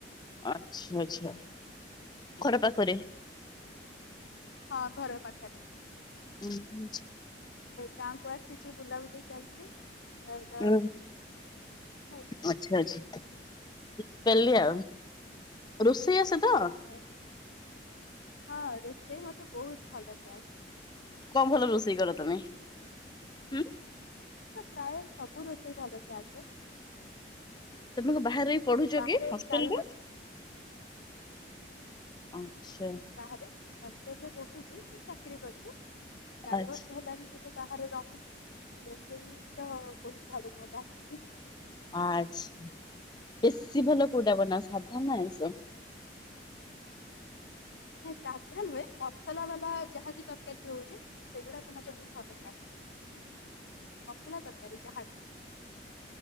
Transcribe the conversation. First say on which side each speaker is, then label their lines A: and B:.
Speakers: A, on the left; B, on the left.
A: ଆଚ୍ଛା ଆଛା ଘର ପାଖରେ
B: ହଁ ଘର ପାଖରେ
A: ଓୁ ହ
B: ଗାଁ କୁ ଆସିଛି ବୁଲାବୁଲି ଚାଲିଛି ଏ ତ
A: ହ
B: ଖାଇଛି
A: ଆଚ୍ଛା ଆଚ୍ଛା କଲିଆ ରୋଷେଇ ଆ <inaudible> ସେ ତ
B: ଆଉ। ହଁ ରୋଷେଇ ମତେ ବହୁତ ଭଲସେ ଆସେ ଛି
A: କଣ ଭଲ ରୋଷେଇ କର ତମେ? ହୁଁ
B: ତ ପ୍ରାୟ <unintelligible> ସବୁ ରୋଷେଇ ଭଲସେ ଆସେ
A: ତମେକୁ ବାହ ପଢୁଛ
B: ବାହାରେ
A: କି ହଷ୍ଟେଲରେ
B: ଚାରି ବର୍ଷ
A: ଆଛା
B: ହଷ୍ଟଲ ରେ ରହିଚି ଚାକିରରି କରୁଛି ଚାରି
A: ଆଚ୍ଛା।
B: ବର୍ଷ ବାହାରେ ରହୁନି ରୋଷେଇତ ବୋହୁତ ଭଲରେ ଆସିଚି।
A: ଆଚ୍ଛା ବେଶି ଭଲ କୋଉଟା ବନାଆ ସାାଧା ନା ଆଇଁଷ?
B: ନାଁଇ ସାଧା ନୁହେଁ ମସଲା ବାଲା ଯାହାବି ତରକାରୀ ରହୁଚି ସେଗୁଡାକୁ ମତେ ବୋହୁତ ଭଲସେ ଆ ମସଲା ତରକାରୀ ଯାହା